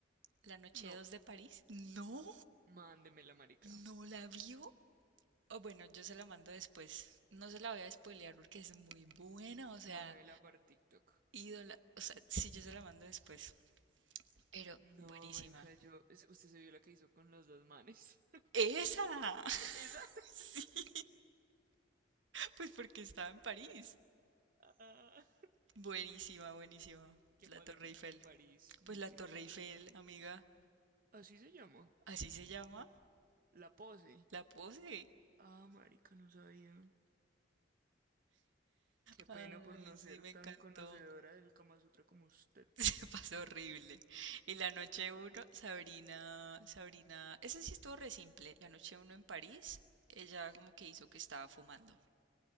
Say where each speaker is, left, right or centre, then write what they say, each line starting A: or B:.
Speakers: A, on the right; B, on the right.
A: ¿La noche
B: No,
A: 2 de París? No,
B: mándemela, marica.
A: no la vio. O bueno, yo se la mando después. No se la voy a spoilear porque es muy buena. O sea,
B: Mándemela para TikTok.
A: ídola. O sea, sí, yo se la mando después. Pero
B: No,
A: buenísima.
B: marica, yo... es- Usted se vio la que hizo con los dos manes.
A: ¡Esa! <laughs>
B: <laughs> Esa.
A: Sí, Pues porque estaba en París.
B: Ah.
A: Buenísima, buenísima.
B: ¿Qué
A: La
B: pasa
A: Torre
B: que estuviera
A: Eiffel.
B: en París? No
A: Pues
B: entiendo.
A: la Torre Eiffel, amiga.
B: Así se llama.
A: ¿Así se llama?
B: La pose.
A: La pose.
B: Ah, marica, no sabía. Qué
A: Ay,
B: pena por no
A: sí,
B: ser
A: me
B: tan
A: encantó.
B: conocedora del Kama Sutra como usted.
A: <laughs> Se pasó horrible. Y la noche uno, Sabrina, Sabrina, ese sí estuvo re simple. La noche uno en París, ella como que hizo que estaba fumando.